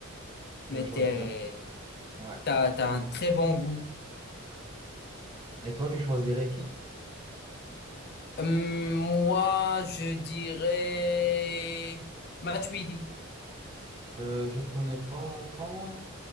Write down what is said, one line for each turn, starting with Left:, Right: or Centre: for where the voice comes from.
Left: Mais
Right: Je choisis.
Left: t'es-
Right: Ouais.
Left: t'as, t'as un très bon goût.
Right: Et toi, tu choisirais qui?
Left: Hum, moi, je dirais Matuidi.
Right: Euh, je connais pas tant